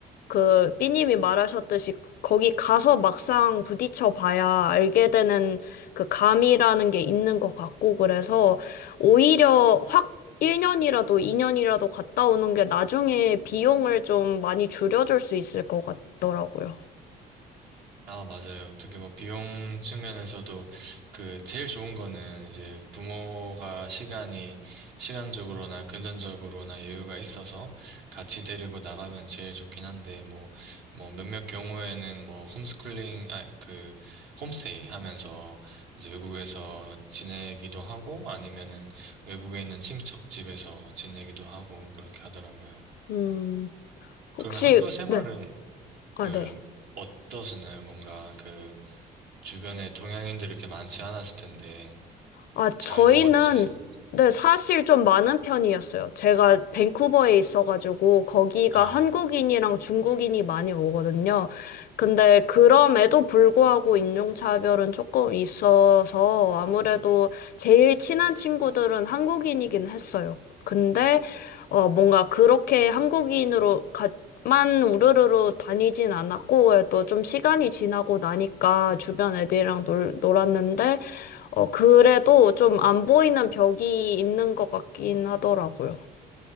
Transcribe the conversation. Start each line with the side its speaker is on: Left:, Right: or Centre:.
Left: 그 삐님이 말하셨듯이 거기 가서 막상 부딪혀 봐야 알게 되는 그 감이라는 게 있는 것 같고, 그래서 오히려 확 1년이라도 2년이라도 갔다 오는 게 나중에 비용을 좀 많이 줄여줄 수 있을 것 같더라고요.
Right: 아, 맞아요. 어떻게 뭐 비용 측면에서도 그 제일 좋은 거는 이제 부모가 시간이 시간적으로나 금전적으로나 여유가 있어서 같이 데리고 나가면 제일 좋긴 한데 뭐 뭐 몇몇 경우에는 뭐 홈스쿨링 아 그 홈스테이 하면서 이제 외국에서 지내기도 하고 아니면은 외국에 있는 친척 집에서 지내기도 하고 그렇게 하더라고요.
Left: 음, 혹시,
Right: 그러면 학교 생활은
Left: 네, 아,
Right: 그
Left: 네.
Right: 어떠셨나요? 뭔가 그 주변에 동양인들이 이렇게 많지 않았을 텐데
Left: 아, 저희는
Right: 잘 녹아들 수 있었는지.
Left: 네,
Right: 네.
Left: 사실 좀 많은 편이었어요. 제가 밴쿠버에 있어가지고 거기가
Right: 아,
Left: 한국인이랑 중국인이 많이 오거든요. 근데 그럼에도 불구하고 인종차별은 조금 있어서 아무래도 제일 친한 친구들은 한국인이긴 했어요. 근데 어, 뭔가 그렇게 한국인으로 가, 만 우르르르 다니진 않았고 또 좀 시간이 지나고 나니까 주변 애들이랑 놀, 놀았는데 어, 그래도 좀 안 보이는 벽이 있는 것 같긴 하더라고요.